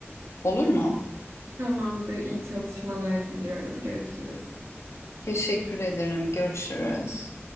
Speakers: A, on the left; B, on the right.
A: Olur mu?
B: Tamamdır. İyi çalışmalar diliyorum. Görüşürüz.
A: Teşekkür ederim. Görüşürüz.